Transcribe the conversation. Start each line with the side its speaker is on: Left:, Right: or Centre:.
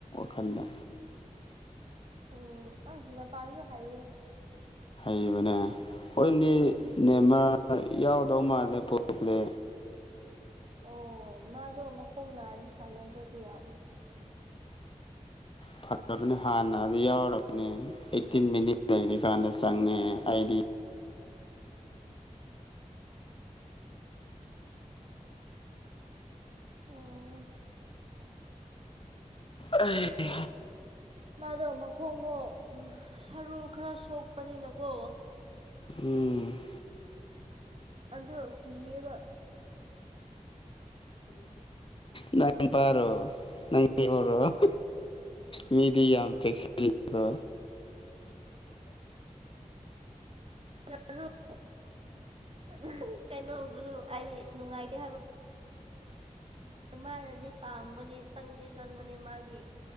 Left: ꯀꯗ
Right: ꯎꯝ ꯑ ꯍꯅ ꯄꯁꯨ ꯍꯥꯏꯌꯦꯌꯦ
Left: ꯍꯩꯕꯅꯦ ꯍꯣꯏꯗꯤ
Right: ꯎꯝ
Left: ꯅꯦꯝꯃꯔ ꯌꯥꯎꯗꯧ ꯃꯥꯜꯂꯦ ꯄꯨꯂꯣꯛꯂꯦ
Right: ꯑꯣ ꯃꯥꯗꯣ ꯃꯈꯣꯡ ꯅꯥꯔꯗꯤ ꯁꯥꯟꯅꯗ꯭ꯔꯁꯨ ꯌꯥꯝꯅꯦ
Left: ꯐ ꯌꯔꯕꯅꯤ ꯍꯥꯟꯅ ꯌꯥꯎꯔꯕꯅꯦ ꯑꯩꯠꯇꯤꯟ ꯃꯤꯅꯤꯠ ꯂꯩꯔꯤꯀꯥꯟꯗ ꯆꯪꯉꯦ ꯑꯩꯗꯤ
Right: ꯑꯣ
Left: ꯑꯦ
Right: ꯃꯥꯗꯣ ꯃꯈꯣꯡꯗꯣ ꯁꯔꯨ ꯈꯔ ꯁꯣꯛꯄꯅꯤꯅꯀꯣ
Left: ꯎꯝ
Right: ꯑꯗꯣ ꯀꯤꯌꯦꯕ
Left: ꯅꯪ ꯄꯥꯔꯣ ꯅꯪ <unintelligible> ꯃꯤꯗꯤ ꯌꯥꯝ ꯆꯦꯁꯤꯜꯂꯤꯀꯣ
Right: <inaudible> ꯌꯥꯔꯨꯛ <unintelligible> ꯀꯩꯅꯣꯗꯨꯁꯨ ꯑꯩ ꯅꯨꯡꯉꯥꯏꯇꯦ ꯍꯥꯏꯕ ꯃꯥꯅꯗꯤ ꯄꯥꯝꯕꯒꯤ ꯆꯪꯗꯤ ꯆꯪꯕꯅꯦ ꯃꯥꯒꯤ